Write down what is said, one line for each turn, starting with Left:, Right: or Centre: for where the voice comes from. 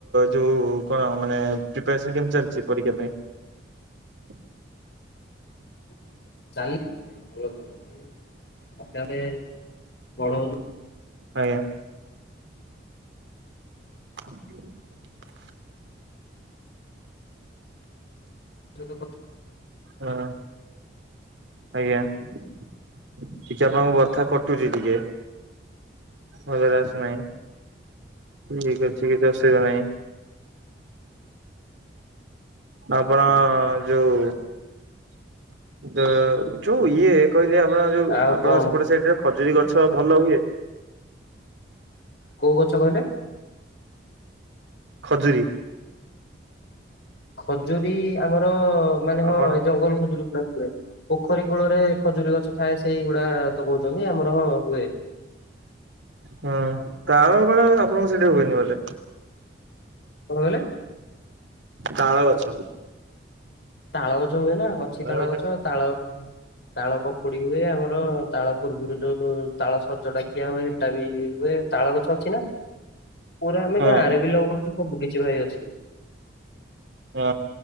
Right: ଯୋଉ କଣ ମାନେ ପ୍ରିପାରେସନ୍ କେମତି ଚାଲିଚି ପରୀକ୍ଷା ପାଇଁ? <inaudible>
Left: <inaudible> ଚାଲି ଭାଇ ଚାଲିଚି ଆସ୍ତେ ଆସ୍ତେ ବଡ ହଉଚୁ
Right: ଆଜ୍ଞା। <inaudible>
Left: ଯୁଗପଥ
Right: ହଁ। ଆଜ୍ଞା, ଟିକେ ଆପଣଙ୍କ ବଥା କଟୁଚି ଟିକେ। ଭଲରେ ଆସୁ ନାହିଁ। ଠିକ ଅଛି କିଛି ଅସୁବିଧା ନାହିଁ। ଆପଣ ଯୋଉ ତ ଯୋଉ ଇଏ କହିଲେ ଆପଣ ଯୋଉ
Left: ଆଉ
Right: ଆପଣ
Left: କଣ
Right: ସେପଟେ ସାଇଟରେ ଖଜୁରୀ ଗ ଛ ଭଲ ହୁଏ?
Left: କୋଉ ଗଛ କହିଲେ?
Right: ଖଜୁରୀ।
Left: ଖଜୁରୀ ଆମର ମାନେ
Right: ଆପଣ
Left: ହଁ ଏ ଜଙ୍ଗଲ ଖଜୁରୁ ନା ହୁଏ, ପୋଖରୀ କୂଳରେ ଖଜୁରୀ ଗଛ ଥାଏ, ସେଇଗୁଡା ତ କହୁଚନ୍ତି ଆମର ହଁ ହୁଏ।
Right: ହଁ ତାଳ <unintelligible> ଆପଣଙ୍କ ସେଠି ହୁଏନି ବୋଧେ?
Left: କଣ କହିଲେ?
Right: ତାଳ ଗଛ।
Left: ତାଳ ଗ ଗଛ ହୁଏ ନା ଅଛି
Right: ହଁ
Left: ତାଳ ଗଛ ତାଳ ତାଳ ପକୁଡି ହୁଏ ଆମର ତାଳ ପୂର୍ବରୁ ଯୋଉ ତାଳ ସଜ ଟା କିିଆ ହୁଏ ସେଟା ବି ହୁଏ ତାଳ ଗଛ ଅଛି ନା? ପୁରା ଆମେ
Right: ହଁ।
Left: ଗାଁ ରେ ବିଲଙ୍ଗ କରୁଚୁ ସବୁ କିଛି ଭାଇ ଅଛି।
Right: ହଁ